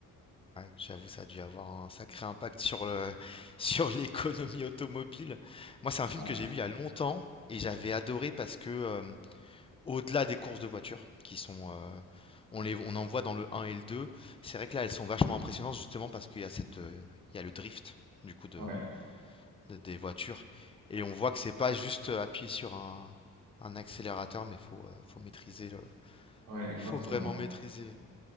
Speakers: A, on the left (about 15°); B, on the right (about 85°).
A: j'avoue, ça a dû avoir un sacré impact sur le, <laughs> sur l'économie automobile. Moi, c'est un film
B: Ah,
A: que j'ai vu il y a longtemps, et j'avais adoré parce que... euh, Au-delà des courses de voitures qui sont, heu, on les on en voit dans le 1 et le 2. C'est vrai que là, elles sont vachement impressionnantes justement parce qu'il y a cette, heu, il y a le drift du coup de
B: ouais,
A: de des voitures et on voit que c'est pas juste, heu, appuyer sur un un accélérateur, mais faut, heu, faut maîtriser le
B: ouais, exactement.
A: faut vraiment maîtriser